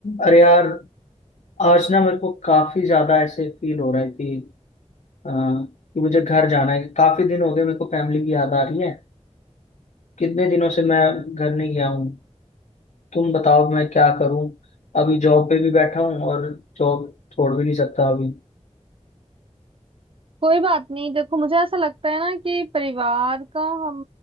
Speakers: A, on the left; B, on the right.
A: अरे यार आज ना मेरे को काफी ज्यादा ऐसे फील हो रहा है कि अ, कि मुझे घर जाना है काफी दिन हो गए मेरे को फैमिली की याद आ रही है कितने दिनों से मैं घर नहीं गया हूँ तुम बताओ मैं क्या करूँ अभी जॉब पे भी बैठा हूँ और जॉब छोड़ भी नहीं सकता अभी
B: कोई बात नहीं देखो मुझे ऐसा लगता है ना कि परिवार का हम